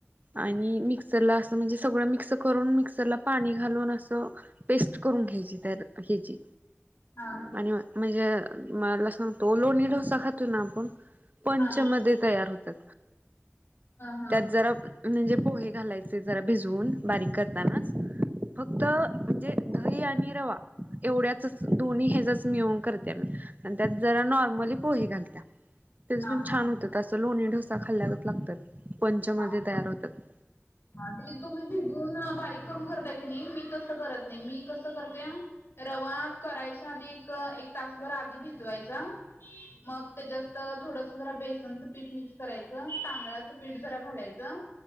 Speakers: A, on the right (about 40°); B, on the left (about 65°).
A: आणि मिक्सरला असं म्हणजे सगळं मिक्स करून मिक्सरला पाणी घालून असं पेस्ट करून घ्यायची तर ह्याची
B: हा
A: आणि म्हणजे मला सांग तो लोणी ढोसा खातो ना आपण पंचमध्ये
B: हा हा
A: तयार होतात,
B: हा.
A: त्यात जरा. म्हणजे पोहे घालायचे जरा भिजवून बारीक करतानाच. फक्त म्हणजे दही आणि रवा एवढ्याचच दोन्ही हेजच. मिळवून करत्यात आणि त्यात जरा नाॅर्मली पोहे घालत्यात. तेचपिन
B: हा हा.
A: छान होत्यात. ते असं लोणी डोसा खाल्लागत लागतंय, पंचमध्ये
B: हा.
A: तयार होतात.
B: हा ते तुम्ही भिजून बारीक करून करताय कणी, मी तसं करत नाही मी कसं करते. रवा करायच्या आधी एक, एक तासभर आधी भिज भिजवायच मग ते जास्त, थोडंसं जरा बेसनच. पीठ मिक्स करायचं, तांदळाचं पीठ जरा घालायचं.